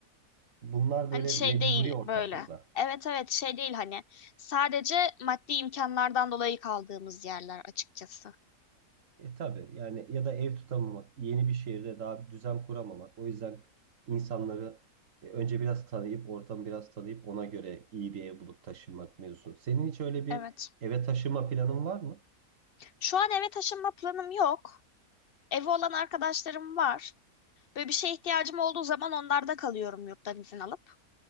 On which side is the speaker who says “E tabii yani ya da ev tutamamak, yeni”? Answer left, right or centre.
Right